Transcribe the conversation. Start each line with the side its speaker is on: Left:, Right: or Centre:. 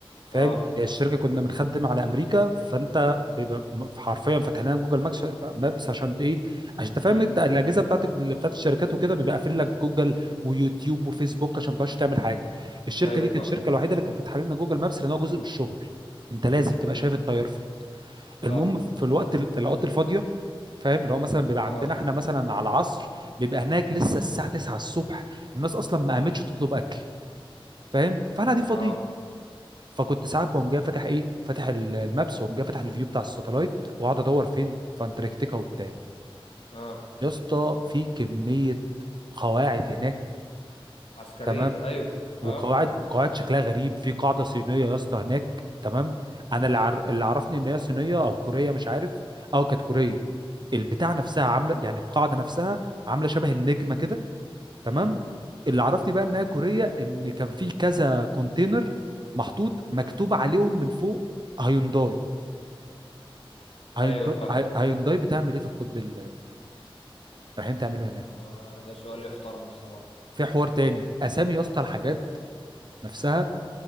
Right: فاهم
Left: اه
Right: الشركه كنا بنخدم على امريكا فانت بيبقى م- حرفيا فاتح لنا جوجل ماكس مابس عشان ايه عشان انت فاهم
Left: امم
Right: انت الاجهزه بتاعت ال- بتاعت الشركات وكده بيبقى قافل لك جوجل ويوتيوب وفيسبوك عشان ما تقعدش تعمل حاجه الشركه
Left: ايوه
Right: دي
Left: فاهم
Right: كانت الشركه الوحيده اللي كانت فاتحه لنا جوجل مابس لان هو جزء من الشغل انت لازم تبقى شايف
Left: امم
Right: التيار فيه
Left: فاهم
Right: المهم في الوقت ال- في الاوقات الفاضيه فاهم اللي هو مثلا بيبقى
Left: اه
Right: عندنا احنا مثلا على العصر بيبقى هناك لسه الساعه 9 الصبح الناس اصلا ما قامتش تطلب اكل فاهم فاحنا قاعدين فاضيين
Left: اه
Right: فكنت ساعات بقوم جاي فاتح ايه فاتح ال- المابس واقوم جاي فاتح الفيو بتاع الساتلايت واقعد ادور فين في انتاركتيكا وبتاع
Left: اه
Right: يا اسطى في كميه قواعد هناك
Left: عسكرية
Right: تمام
Left: ايوه
Right: وقواعد
Left: اه
Right: وقواعد شكلها غريب في قاعده صينيه يا اسطى هناك تمام انا اللي,
Left: امم
Right: عر... اللي عرفني ان هي صينيه او كوريه مش عارف او كانت كوريه البتاع نفسها عامله يعني القاعده نفسها عامله شبه النجمه كده تمام
Left: امم
Right: اللي عرفني بقى انها كوريه ان كان في كذا كونتينر محطوط مكتوب عليهم من فوق هيونداي هيونداي
Left: ايوه فاهم
Right: هي- هيونداي بتعمل ايه في القطب الجنوبي رايحين تعملوا هناك
Left: آه ده سؤال يحترم الصراحة
Right: في حوار تاني اسامي يا اسطى الحاجات نفسها